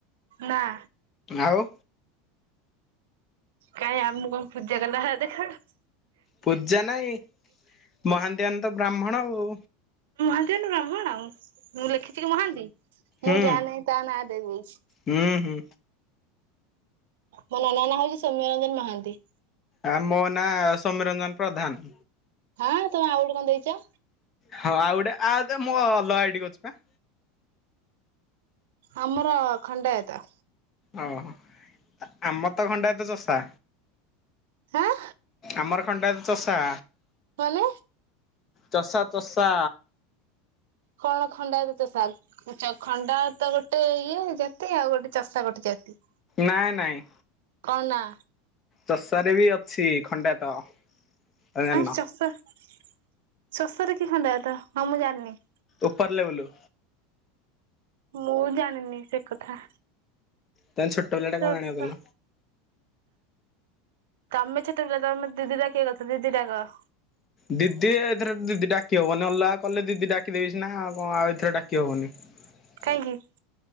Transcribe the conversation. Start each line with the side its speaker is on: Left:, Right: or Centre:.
Right: ନାଁ।
Left: ଆଉ।
Right: କାଇଁ ଆମେ କଣ ପୂଜା କଲା ଭଳିଆ ଦେଖାଯାଉଚୁ।
Left: ପୂଜା ନାଇଁ ମହାନ୍ତି ମାନେ ତ ବ୍ରାହ୍ମଣ ଆଉ।
Right: ମହାନ୍ତି ମାନେ ବ୍ରାହ୍ମଣ ମୁଁ ଲେଖିଛି କି ମହାନ୍ତି
Left: ହୁଁ
Right: ମୁଁ ଯାହା ନାହିଁ ତାହା ନାଁ ଦେଇଦଉଛି।
Left: ହୁଁ ହୁଁ।
Right: ମୋ ନନା ନାଁ ହଉଛି ସୌମ୍ୟରଞ୍ଜନ ମହାନ୍ତି।
Left: ଆ ମୋ ନାଁ ସୋମ୍ୟରଞ୍ଜନ ପ୍ରଧାନ।
Right: ହାଁ ତମେ ଆଉ ଗୋଟେ କଣ ଦେଇଚ।
Left: ହଁ ଆଉ ଗୋଟେ ଆଉ ମୁଁ ଅଲଗା ଆଇଡି କରିଛି ପା।
Right: ଆମର ଖଣ୍ଡାୟତ।
Left: ଓହୋ ଆମ ର ଖଣ୍ଡାୟତ ଚଷା।
Right: ହାଁ
Left: ଆମର ଖଣ୍ଡାୟତ ଚଷା।
Right: ମାନେ।
Left: ଚଷା ତଷା।
Right: କଣ ଖଣ୍ଡାୟତ ଚଷା। ଆଚ୍ଛା ଖଣ୍ଡାୟତ ଗୋଟେ ଇଏ ଜାତି ଆଉ ଗୋଟେ ଚଷା ଗୋଟେ ଜାତି।
Left: ନାଇଁ ନାଇଁ।
Right: କଣ ନାଁ।
Left: ଚଷା ରେ ବି ଅଛି ଖଣ୍ଡାୟତ। ତମେ ଜାଣିନ
Right: ହାଁ ଚଷା ଚଷା ରେ କି ଖଣ୍ଡାୟତ ହଁ ମୁଁ ଜାଣିନି।
Left: ଉପର ଲେବୁଲ।
Right: ମୁଁ ଜାଣିନି ସେ କଥା
Left: ତମେ ଛୋଟ ପିଲାଟା କଣ
Right: ଚଷା।
Left: ଜାଣିବ କହିଲ?
Right: ତମେ ଛୋଟ ପିଲା ତମେ ମୋତେ ଦିଦି ଡାକିବା କଥା ଦିଦି ଡାକ।
Left: ଦିଦି ଏଥରେ ଦିଦି ଡାକି ହବନି ଅଲଗା କଲେ ଦିଦି ଡାକିଦେବି ସିନା କଣ ଆଉ ଏଇଥିରେ ଡାକି ହବନି। <unintelligible>
Right: କାହିଁକି?